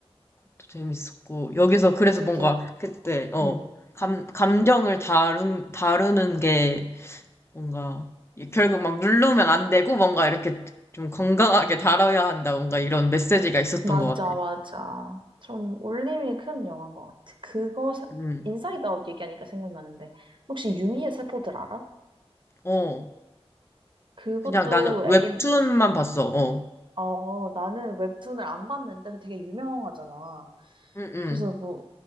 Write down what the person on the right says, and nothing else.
되게,
응.
맞아,
맞아. 좀 울림이 큰 영화인 것 같아. 그거, 세-
인사이드 아웃 얘기하니까 생각나는데, 혹시 유미의 세포들 알아?
그것도
애니,
어, 나는 웹툰을 안 봤는데 되게 유명하잖아.
그래서 뭐,